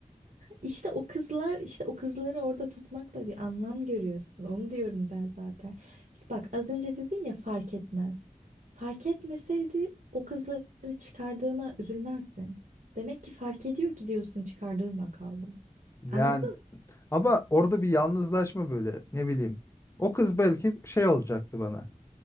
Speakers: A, on the right; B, on the left.
A: İşte o kızlar işte o kızları orada tutmakla bir anlam görüyorsun. Onu diyorum ben zaten. İşte bak az önce dedin ya fark etmez. Fark etmeseydi o kızları çıkardığına üzülmezdin. Demek ki fark ediyor ki diyorsun çıkardığımla kaldım.
B: Yani
A: Anladın?
B: Ama orada bir yalnızlaşma böyle ne bileyim. O kız belki şey olacaktı bana.